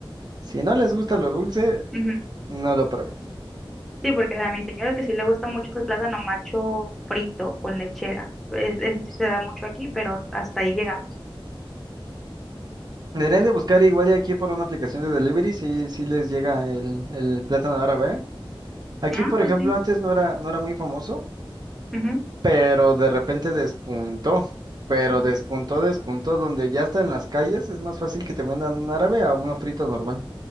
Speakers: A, on the right (about 50°); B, in the centre.
A: Si no les gusta lo dulce,
B: ujú.
A: no lo prueben.
B: Sí, porque a mi señora que sí le gusta mucho es el plátano macho frito con lechera. Es- Ese sí se da mucho aquí, pero hasta ahí llegamos.
A: Deberían de buscar igual y aquí por una aplicación de delivery si, si les llega el, el plátano árabe. ¿eh? Aquí,
B: Ah,
A: por
B: pues
A: ejemplo,
B: sí.
A: antes no era, no era muy famoso,
B: Ujú.
A: pero de repente despuntó. Pero
B: Mm.
A: despuntó, despuntó, donde ya está en las calles, es más fácil que te mandan un árabe a uno frito normal.